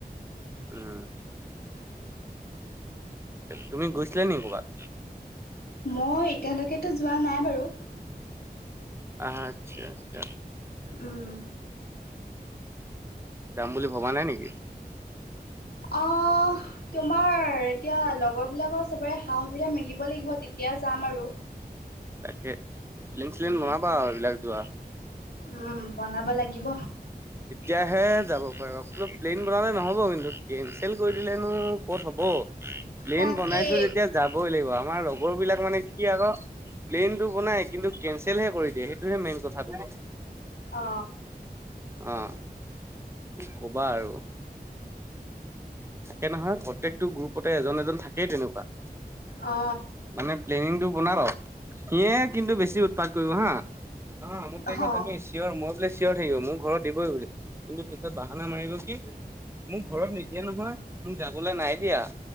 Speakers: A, on the right; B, on the left.
A: উম তুমি গৈছিলা নি ক'বাত?
B: মই এতিয়ালৈকেতো যোৱা নাই বাৰু।
A: আচ্ছা আচ্ছা।
B: উম,
A: যাম বুলি ভবা নাই নেকি?
B: অ তোমাৰ এতিয়া লগৰবিলাকৰ চবৰে সা- সুবিধা মিলিব লাগিব তেতিয়া এতিয়া যাম আৰু।
A: তাকে প্লিন চিন
B: উম,
A: বনাবা আৰু এইবিলাক যোৱা।
B: উম বনাব লাগিব।
A: তেতিয়াহে যাব পাৰিব অকলো প্লেন বনালে নহব কিন্তু কেনচেল কৰি দিলেনো কত হব। প্লেন
B: তাকে
A: বনাইছো যেতিয়া যাবই লাগিব আমাৰ লগৰবিলাক মানে কি আকৌ প্লেইনটো বনাই কিন্তু কেনঞ্চেলহে কৰি দিয়ে সেইটোহে মেইন কথাটো।
B: অ।
A: অ কবা আৰু। থাকে নহয় প্ৰত্যেকটো গ্ৰুপতে এজন এজন থাকেই তেনেকুৱা।
B: অ।
A: মানে প্লেনিংটো বনাব, সিয়ে কিন্তু বেছি উৎপাত কৰিব হা। অ মোক পে
B: অ',
A: <inaudible> তমি শৰ ম। চিয়ৰ থাকিব মোৰ ঘৰত দিবই বো কিন্তু পিছত বাহানা মাৰিব কি মোৰ ঘৰত এয়া নহয় মোক যাবলৈ নাই দিয়া